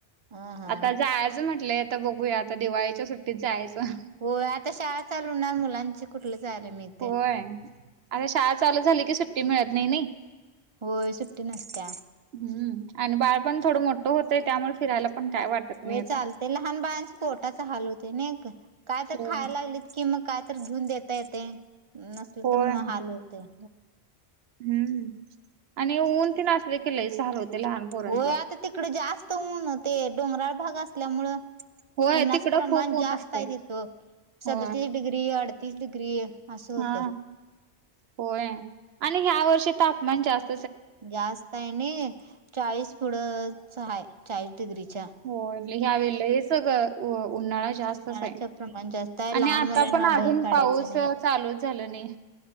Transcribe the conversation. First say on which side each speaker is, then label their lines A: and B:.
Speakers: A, on the right; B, on the right.
A: हा हा
B: आता जायचं म्हटलंय, आता बघूया आता दिवाळीच्या सुट्टीत जायचं.
A: होय, आता शाळा चालू होनार मुलांची कुठलं जायालं मिळत.
B: होय, आता शाळा चालू झाली की, सुट्टी मिळत नाही नी.
A: होय, सुट्टी नसत्या.
B: हम्, आणि बाळ पण थोडं मोठं होतंय, त्यामुळे फिरायला पण काय वाटत.
A: होय,
B: नाही आता.
A: चालतंय लहान बाळंच पोटाच हाल होतंय नी गं काय तर
B: होय.
A: खायला लागलीत. कि मग काय तर घेऊन देता येतेय, नसल
B: होय
A: तर मग हाल होतंय.
B: हम्म, आणि ऊन तेन असल की, लैच हाल होतंय लहान. पोरांच.
A: होय, आता तिकडे जास्त ऊन ते डोंगराळ भाग असल्यामुळं.
B: होय
A: उन्हाच
B: तिकडं
A: प्रमाण,
B: खूप
A: जास्त
B: ऊन असतंय
A: हाय तिथं. सदतीस
B: होय
A: डिग्री, अडतीस डिग्री असं होतं.
B: हा होय, आणि ह्या वर्षी तापमान जास्त.
A: जास्त आहे नी. चाळीस पुढंच हाय चाळीस डिग्रीचा.
B: होय ह्या वेळी लयच सगळं, उ उन्हाळा जास्तच
A: उन्हाळ्याचं
B: हायं
A: प्रमाण जास्त आहे
B: आणि
A: लहान
B: आता,
A: मुलांना
B: पण अजून
A: बाहेर काढायचं
B: पाऊस
A: नाही
B: चालूच झालं नाही.